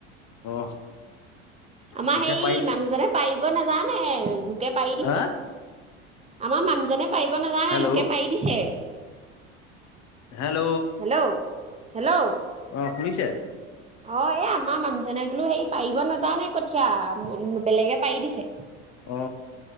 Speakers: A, on the left (about 50°); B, on the right (about 20°).
A: অ
B: আমাৰ
A: কঠীয়া
B: সেই
A: পাৰিলে
B: মানুহজনে পাৰিব নাজানে, লোকে পাৰি দিছে।
A: হা
B: আমাৰ মানুহজনে পাৰিব নাজানে
A: হেল্ল'
B: লোকে পাৰি দিছে।
A: হেল্ল'!
B: হেল্ল' হেল্ল'
A: অ' শুনিছে?
B: অ' এই আমাৰ মানুহজনে বোলো, হেৰি পাৰিব নাজানে কঠীয়া, বেলেগে পাৰি দিছে।
A: অ